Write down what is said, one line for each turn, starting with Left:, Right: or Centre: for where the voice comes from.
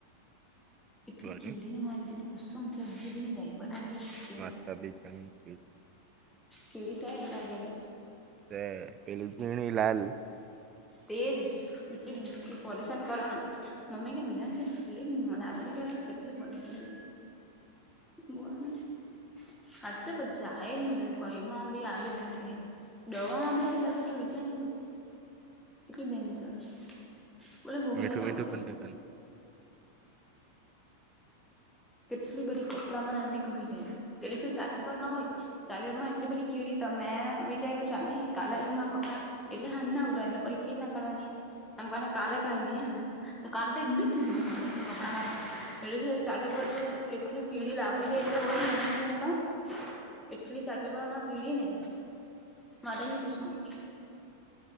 Centre: એટલી
Right: બોલ
Centre: કીડીને
Right: ને.
Centre: મારી કે કસમથી હજુ બી ની જાય બધાથી
Right: નાસ્તાભી તય છે
Centre: કીડી શે તારૅ ધેર બી
Right: એ પેલી જીણી લાલ
Centre: તે જ એટલી દુઃખી પરેશાન કરે ન મમ્મી કે બીજા ને ધેર કીડી જ ની મળે આપડી ઘેર બટકી બોલાને સાચ્ચે પછી જાય જ નહી કઈમાં બી આવી જ લાગે દવામાં બી આવી લાગે તું વિચાર ને તું એટલી ડેન્જર બલે બોહરાઈ
Right: મીઠું મીઠું
Centre: આવું જોઈએ
Right: પણ લખન.
Centre: કેટલી બધ કપડાંમાં આબી ઘુહી ગાય ત્યારે શ ચાર પીપર માં હોય શરીરમાં એટલી બધી કીડી તમે વિચાર્યું ચાલ ની કાલેમાં કપડાં એટલે હાજના ઉઠયા એટલે પછી કેવી રીત ના કાઢવાની એમ કોને કાલે કાઈઢી હેને તો કાલ તો બી કી ની મલે તો કપડામાં સાર્ટ એટલી કીડી લાગેલી એટલે હોય મને કેમ તો એટલી ચાદરમાં કીડી ને વાત ની પુછવાની